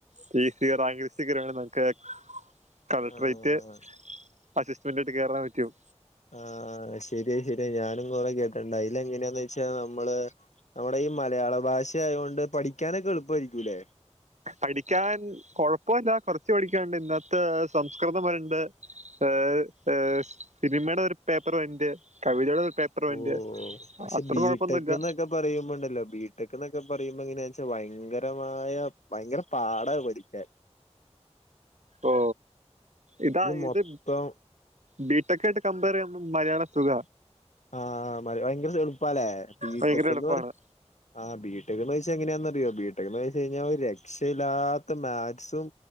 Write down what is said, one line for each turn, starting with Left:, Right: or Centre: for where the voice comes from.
Right: പി എസ് സി റാങ്ക് ലിസ്റ്റിൽ കയറി നിക്ക് കളക്ടറേറ്റ്
Left: ആഹ്
Right: അസിസ്റ്റ്മെന്റ് ആയിട്ട് കയറാൻ പറ്റും
Left: ആ ശരിയാ ശരി ഞാനും കൊറേ കേട്ട്ണ്ട് അതിലെ ങ്ങനെയാന്ന് വെച്ചാ നമ്മള് നമ്മുടെ ഈ മലയാള ഭാഷ ആയുകൊണ്ട് പഠിക്കാനൊക്കെ എളുപ്പമായിരിക്കൂല്ലേ
Right: പഠിക്കാൻ കൊഴപ്പല്ല കൊറച്ച് പഠിക്കാണ്ട് ഇന്നത്തെ സംസ്കൃതം വരണ്ട് ഏയ് എയ് സിനിമയുടെ ഒരു പേപ്പർ വരുന്നുണ്ട് കവിതയുടെ ഒരു പേപ്പർ വരുന്നുണ്ട്
Left: ഓ പക്ഷെ
Right: അത്ര
Left: ബിടെക്ന്ന്
Right: കുഴപ്പമൊന്നുമില്ല
Left: ക്കെ പറയുമ്പോണ്ടല്ലോ ബീടെക്ക് എന്നൊക്കെ പറയുമ്പോ എങ്ങനെയ വെച്ച ഭയങ്കരമായ ഭയങ്കര പാടാണ് പഠിക്ക ക്കാൻ
Right: ഓ ഇതാ
Left: മൊത്തം
Right: ഇത് ബിടെക്കായിട്ട് കമ്പയർ ചെയ്യുമ്പോ മലയാളം സുഖ
Left: ആ മലയാളം ഭയങ്കര എളുപ്പാല്ലേബീ
Right: ഭയങ്കര
Left: ട്ടക്കന്ന്
Right: എളുപ്പമാണ്
Left: പറ ആ ബിടെക് എന്ന് വെിച്ച എങ്ങനാന്നറിയോ ബിടെക് എന്ന് വെച്ച് കഴിഞ്ഞാൽ ഒരു രക്ഷയില്ലാത്ത മാക്സും